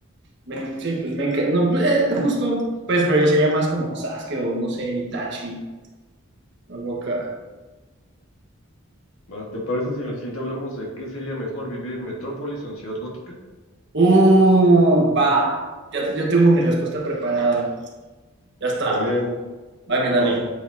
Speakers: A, on the right (about 55°); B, on the left (about 85°).
A: me- Sí, pues me encanta. No, pues, eh, justo. Pues, pero yo sería más como Sasuke o no sé, Itachi. La boca.
B: Va, ¿te parece si en el siguiente hablamos de qué sería mejor vivir en metrópolis o en ciudad gótica?
A: Uh, va. Ya, yo tengo mi respuesta preparada. Ya está.
B: Está bien,
A: Bye, mi Dani.
B: va.